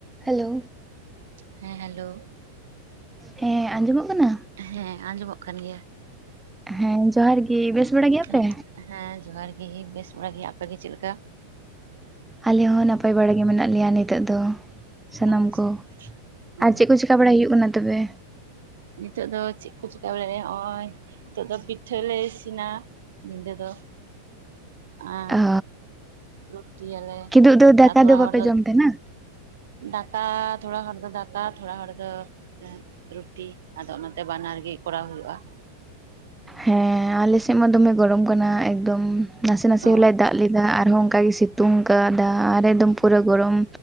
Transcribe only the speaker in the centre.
hello
ᱦᱮᱸ ᱟᱸᱡᱚᱢᱚᱜ ᱠᱟᱱᱟ
ᱦᱮᱸ ᱡᱚᱦᱟᱨ ᱜᱤ ᱵᱮᱥ ᱵᱟᱲᱟ ᱜᱮᱭᱟᱯᱮ?
ᱟᱞᱮ ᱦᱚᱸ ᱱᱟᱯᱟᱭ ᱵᱟᱲᱟ ᱜᱮ ᱢᱮᱱᱟᱜ ᱞᱮᱭᱟ ᱱᱤᱛᱚᱜ ᱫᱚ ᱥᱟᱱᱟᱢ
ᱠᱚ
ᱟᱨ ᱪᱮᱫ ᱠᱚ ᱪᱮᱠᱟ ᱵᱟᱲᱟᱭ ᱦᱩᱭᱩᱜ ᱠᱟᱱᱟ ᱛᱚᱵᱮ
ᱚ
ᱠᱤᱫᱩᱵ ᱫᱚ ᱫᱟᱠᱟ
ᱵᱟᱯᱮ
ᱡᱚᱢ ᱛᱟᱦᱮᱱᱟ?
ᱦᱮᱸ ᱟᱞᱮ ᱥᱮᱫ ᱢᱟ ᱫᱚᱢᱮ ᱜᱚᱨᱚᱢ ᱠᱟᱱᱟ ᱮᱠᱫᱚᱢ ᱱᱟᱥᱮ ᱱᱟᱥᱮ
ᱦᱚᱞᱲ ᱫᱟᱜ ᱞᱮᱫᱟ ᱟᱨᱦᱚᱸ ᱚᱱᱠᱟ ᱜᱮᱭ ᱥᱤᱛᱩᱝ ᱟᱠᱟᱫᱟ ᱟᱨ ᱮᱠᱫᱚᱢ ᱯᱩᱨᱟᱹ ᱜᱚᱨᱚᱢ